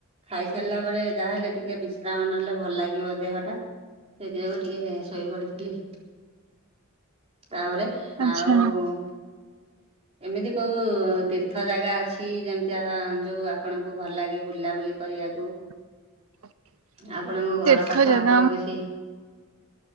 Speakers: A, on the right (about 30°); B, on the right (about 70°).
A: ଖାଇସାରିଲା ପରେ ଯାହାହେଲେ ଟିକେ ବି ଶ୍ରାମ ନେଲେ ଭଲ ଲାଗିବ ଦେହଟା। ସେଇଥିପାଇଁ ମୁଁ ଟିକେ ଶୋଇ ପଡ଼ିଥିଲି। ତାପରେ
B: ଆଚ୍ଛା
A: ଆଉ ଏମିତି କୋଉ ତୀର୍ଥ ଜାଗା ଅଛି ଯେମତିଆ ଯୋଉ ଆପଣଙ୍କୁ ଭଲ ଲାଗେ ବୁଲା ବୁଲି କରିଆକୁ?
B: <inaudible>
A: ଆପଣଙ୍କ ଘର
B: ତୀର୍ଥ
A: ପାଖ
B: ଜାଗା
A: ଆଖ
B: ଆମ
A: କିଛି